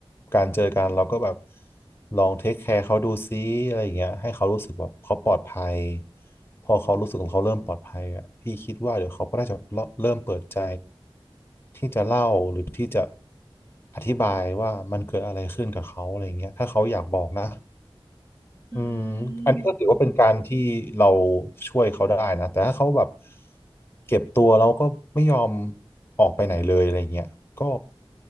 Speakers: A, on the left; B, on the right.
A: การเจอกันเราก็แบบลองเทคแคร์เขาดูซิอะไรอย่างเงี้ยให้เขารู้สึกแบบเขาปลอดภัยพอเขารู้สึกของเขาเริ่มปลอดภัยอ่ะพี่คิดว่าเดี๋ยวเขาก็น่าจะเริ่มเปิดใจที่จะเล่าหรือที่จะอธิบายว่ามันเกิดอะไรขึ้นกับเขาอะไรอย่างเงี้ยถ้าเขาอยากบอกนะ
B: อื
A: อืมอันนี้ก็ถือว่าเป็นการที่เรา
B: ม
A: ช่วยเขาได้นะ แต่ถ้าเขาแบบเก็บตัวเราก็ไม่ยอมออกไปไหนเลยอะไรเงี้ยก็